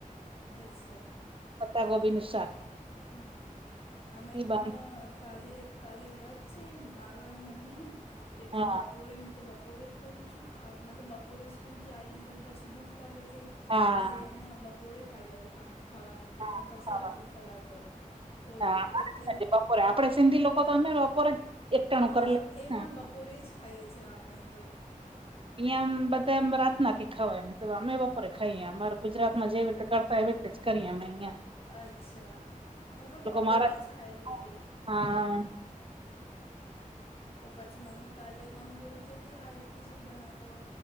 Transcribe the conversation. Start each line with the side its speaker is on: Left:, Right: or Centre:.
Left: અચ્છા!
Right: પતા કોબીનું સાક.
Left: હા અમે પણ
Right: બાંધ
Left: કાલે કાલે વ્રત છે મારો અને મમ્મી નો તો એટલે
Right: હા
Left: બપોરે હું તો બપોરે બપોરે ખોલું છું, ખાવ મતલબ બપોરે સ્કૂલ થી આવીઈને પછી ભૂખ લાગે છેવ
Right: હા
Left: એટલે ના બપોરે ખાઈ લઉ ખાવાનું તો
Right: હા
Left: અને પછી
Right: ખાવા
Left: રાત્રે ફલાર. કરું તો
Right: હા
Left: એટલે
Right: બપોરે આપડે સિંધી લોકો તો અને બપોરે જ એકટાણું
Left: હા
Right: કરી લે
Left: એ
Right: હા
Left: પણ બપોરે જ ખાઈએ છ છે આપણે તો.
Right: અહીંયામ બધામ રાત નાખી ખવા અમે બપોરે ખાઈએ અમા ગુજરાતમાં જેવી રીતે કરતા હો એવી રીતે જ કરીએ મેયા
Left: અચ્છા, અમે પણ બપોરે
Right: મહારાષ્ટ્ર
Left: જ ખાઈ લઈએ.
Right: હા,
Left: તો પછી મમ્મી કાલે મમ્મી બોલતી હતી હાલકી શું બનાવતો?